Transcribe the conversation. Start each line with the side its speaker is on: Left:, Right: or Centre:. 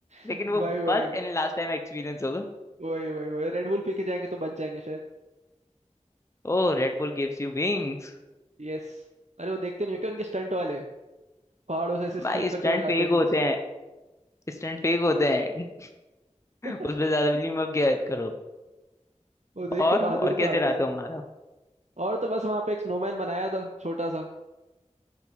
Left: लेकिन
Right: वही
Left: वो
Right: वही
Left: first and last time experience होगा
Right: वही वही वही रेड बुल पी के जाएंगे तो बच जाएंगे शायद
Left: Oh red bull gives you wings
Right: यस अरे वो देखते नहीं हो क्या उनके स्टंट वाले पहाड़ों से ऐसे
Left: भाई
Right: स्की
Left: स्टंट
Right: करते हुए
Left: फेक
Right: जाते हैं
Left: होते
Right: नीचे
Left: हैं स्टंट फेक होते हैं
Right: <laughs>
Left: <laughs> उसमें ज्यादा बिलीव मत किया करो
Right: वो देख
Left: और
Right: के बहादुरी
Left: और कैसे
Right: तो आती
Left: रहा
Right: है
Left: तुम्हारा
Right: और तो बस वहां पे एक स्नोमैन बनाया था छोटा सा